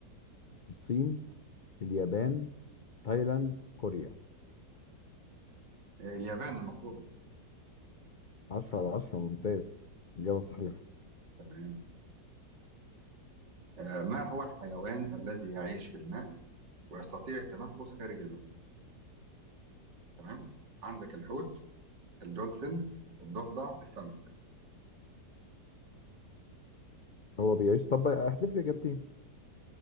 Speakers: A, on the left; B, on the right.
A: الصين، اليابان، تايلاند، كوريا.
B: إيه اليابان المفروض
A: 10 على 10 ممتاز. إجابة صحيحة.
B: تمام آه ما هو الحيوان الذي يعيش في الماء ويستطيع التنفس خارج الماء تمام عندك الحوت الدولفين الضفدع السمك
A: هو بيعيش طب احذف لي إجابتين